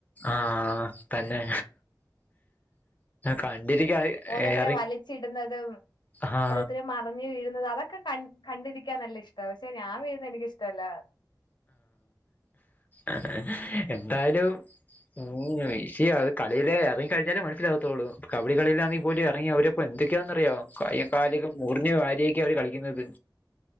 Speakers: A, on the left; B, on the left.
A: ആഹ തന്നെ കണ്ടിരിക്കാ
B: ഓരോരുത്തര
A: എറി
B: വലിച്ചിടുന്നതും
A: ആഹ്
B: ഓരോത്തരയും മറിഞ്ഞ് വീഴുന്നത് അതൊക്കെ ക കണ്ടിരിക്കാൻ നല്ല ഇഷ്ട പക്ഷെ ഞാൻ വീഴുന്നെനിക്കിഷ്ടല്ല
A: എ എ എന്തായാലും ഉ വിഷിയത് ഈലേ ഇറങ്ങിക്കഴിഞ്ഞാലേ മനസിലാകത്തുള്ളൂ കവളി കളൽങ്ക പോലും ഇറങ്ങി അവരെപ്പോ എന്തെക്കെന്ന്റിയോ കയു കാലൊക്കെ മുറിഞ്ഞ വാരിയൊക്കെയ അവര് കളിക്കുന്നത്